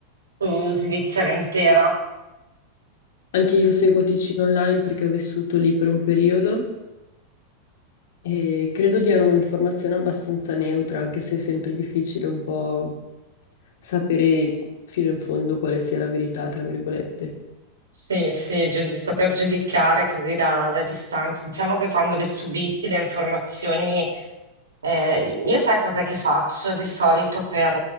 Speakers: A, on the right; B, on the left.
A: su Svizzera intera.
B: Anche io seguo Ticino Online perché ho vissuto lì per un periodo E credo diano un'informazione abbastanza neutra, anche se è sempre difficile un po' sapere fino in fondo quale sia la verità, tra virgolette.
A: Sì, sì, giudi- saper giudicare così da, da distanza. Diciamo che quando le subisci le informazioni, eh, io sai cosa che faccio di solito per,